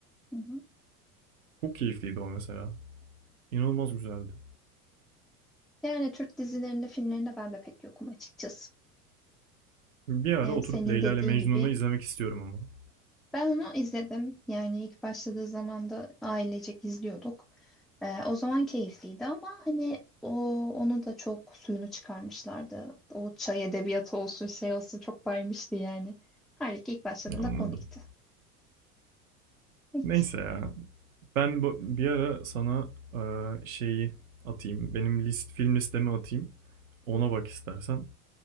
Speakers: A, in the centre; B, on the right.
A: hı hı.
B: Çok keyifliydi o mesela. İnanılmaz güzeldi.
A: Yani Türk dizilerinde, filmlerinde ben de pek yokum açıkçası.
B: Bir ara
A: Yani
B: oturup
A: senin
B: Leyla
A: dediğin
B: ile Mecnun'u
A: gibi
B: izlemek istiyorum ama.
A: ben onu izledim. Yani ilk başladığı zaman da ailecek izliyorduk. Ee, o zaman keyifliydi ama hani o onu da çok suyunu çıkarmışlardı. O çay edebiyatı olsun şey olsun çok baymıştı yani. Halbuki ilk başladığında
B: Anladım.
A: komikti. Evet.
B: Neyse ya. Ben bu, bir ara sana eee, şeyi atayım. Benim list film listemi atayım. Ona bak istersen.